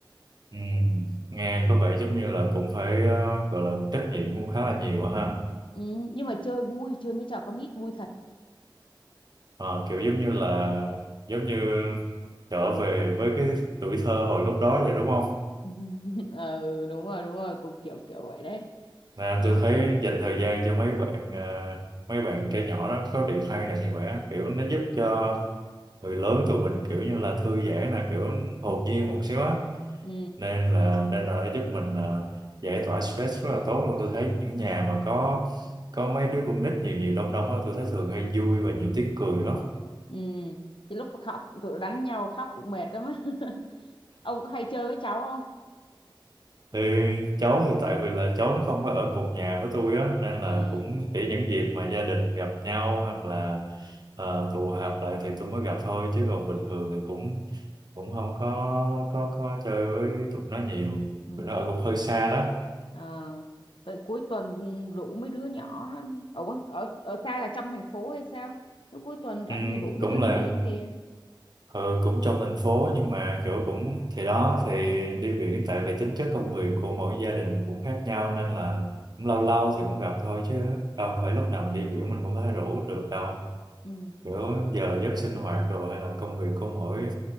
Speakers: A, on the right; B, on the left.
A: Ừ, nghe
B: ừ.
A: có vẻ giống như là cũng phải ờ, gọi là trách nhiệm cũng khá là nhiều á ha
B: Ừ. nhưng mà chơi vui chơi mấy trò con nít vui thật
A: Ờ, kiểu giống như là giống như trở về với cái tuổi thơ hồi lúc đó vậy đúng không
B: <laughs> ừ đúng rồi đúng rồi cũng kiểu kiểu vậy đấy
A: à,
B: đó
A: tôi thấy dành thời gian cho mấy bạn ờ, mấy bạn trẻ nhỏ đó có điểm hay là như vậy á kiểu nó giúp cho người lớn tụi mình kiểu như là thư giãn là kiểu hồn nhiên một xíu á
B: ừ.
A: nên là nên là nó giúp mình à, giải tỏa stress rất là tốt luôn tôi thấy những nhà
B: Ừ.
A: mà có có mấy đứa con nít nhiều nhiều đông đông á tôi thấy thường hay vui và nhiều tiếng cười lắm
B: Ừ. Thì lúc khóc tụi đánh nhau khóc cũng mệt lắm á. <laughs> Ông có hay chơi với cháu không?
A: thì cháu thì tại vì là cháu nó không có ở cùng nhà với tôi á nên
B: À.
A: là cũng chỉ những dịp mà gia đình gặp nhau hoặc là ờ, tụ họp lại thì tôi mới gặp thôi chứ còn
B: Ừ.
A: bình thường thì cũng cũng không có có có chơi với tụi nó nhiều
B: Ừ.
A: tụi nó ở cũng hơi xa đó
B: Ờ. Vậy cuối tuần rủ mấy đứa nhỏ đó. Ở, ở ở xa là trong thành phố hay sao? Lúc cuối tuần rảnh
A: Ừm,
B: thì rủ mấy
A: cũng
B: đứa đi
A: là
B: biển kia.
A: Ừ, cũng trong thành phố nhưng mà kiểu cũng thì đó thì đi biển tại vì tính chất công việc của mỗi gia đình cũng khác nhau nên là cũng lâu lâu thì cũng gặp thôi chứ đâu phải lúc nào mình đi biển mình cũng có thể rủ được đâu
B: Ừ.
A: kiểu giờ giấc sinh hoạt rồi hay là công việc của mỗi